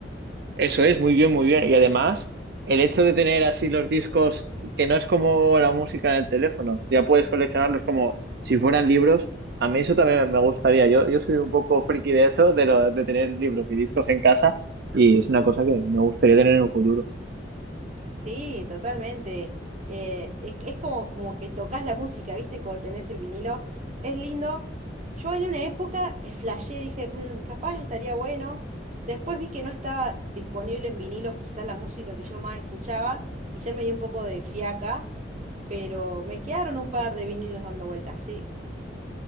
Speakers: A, on the right; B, on the right.
A: eso es, muy bien, muy bien. Y además, el hecho de tener así los discos, que no es como la música en el teléfono, ya puedes coleccionarlos como si fueran libros. A mí eso también me gustaría. Yo, yo soy un poco friki de eso, de, lo, de tener libros y discos en casa, y es una cosa que me gustaría tener en un futuro.
B: Sí, totalmente. Eh, es, es como, como que tocas la música, ¿viste? Cuando tenés el vinilo. Es lindo. Yo en una época eh, flashé, dije, "Mm, capaz estaría bueno. Después vi que no estaba disponible en vinilos quizás la música que yo más escuchaba y ya me dio un poco de fiaca, pero me quedaron un par de vinilos dando vueltas, sí.